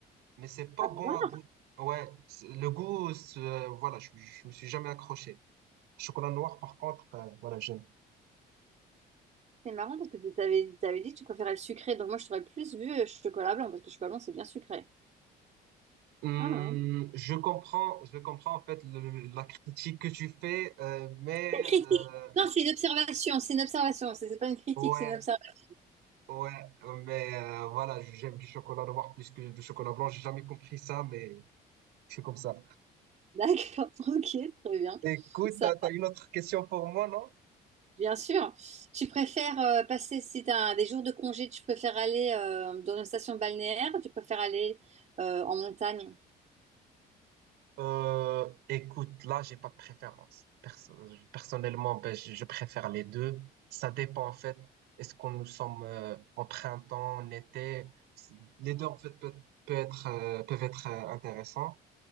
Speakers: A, on the right; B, on the right.
A: Mais c'est pas
B: Ah
A: bon
B: bon?
A: à goût. Ouais, c'est- le goût, c'est, euh, voilà, je, je me suis jamais accroché. Chocolat noir, par contre, euh, voilà, j'aime.
B: C'est marrant parce que tu t'avais, t'avais dit que tu préférais le sucré, donc moi je t'aurais plus vu euh, chocolat blanc parce que chocolat blanc c'est bien sucré.
A: Hum,
B: Ah ouais.
A: je comprends, je comprends en fait le- le- la critique que tu fais, euh, mais
B: C'est une critique.
A: euh,
B: Non, c'est une observation, c'est une observation, c'est c'est pas une critique,
A: ouais,
B: c'est une observation.
A: ouais, mais euh, voilà, j'aime du chocolat noir plus que du chocolat blanc. J'ai jamais compris ça, mais je suis comme ça.
B: <laughs> D'accord, ok, très bien.
A: Écoute,
B: Ça
A: t'as, t'as une autre question pour moi, non?
B: Bien sûr. Tu préfères euh, passer, si tu as des jours de congé, tu préfères aller euh, dans une station balnéaire ou tu préfères aller euh, en montagne?
A: Euh, écoute, là, j'ai pas de préférence. Perso- personnellement, ben, je, je préfère les deux. Ça dépend, en fait, est-ce qu'on nous sommes euh, en printemps, en été? C'est- Les deux, en fait, peut, peut être, euh, peuvent être euh, intéressants.